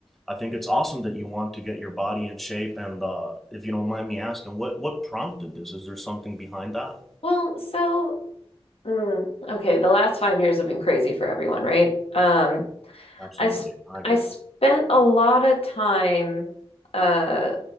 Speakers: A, in the centre; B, on the left.
A: I think it's awesome that you want to get your body in shape. And uh, if you don't mind me asking, what what prompted this? Is there something behind that?
B: Well, so mm, okay, the last five years have been crazy for everyone, right? Um,
A: Absolutely,
B: I sp
A: I agree.
B: I spent a lot of time, uh,